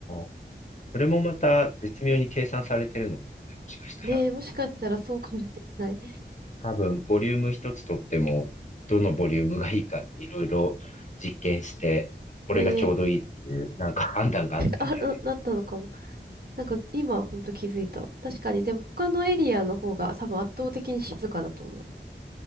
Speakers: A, on the left; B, on the right.
A: あ。それもまた絶妙に計算されてるのかもね、もしかしたら。
B: ねえ、もしかしたらそうかもしれない。
A: 多分、ボリューム一つとっても、どのボリュームがいいかっていろいろ実験して、これがちょうどいいっていう、
B: ねえ、
A: なんか判断があったんじゃないか
B: あ、な、なったのかも。なんか今ほんと気づいたわ。確かに、でも他のエリアの方が多分圧倒的に静かだと思う。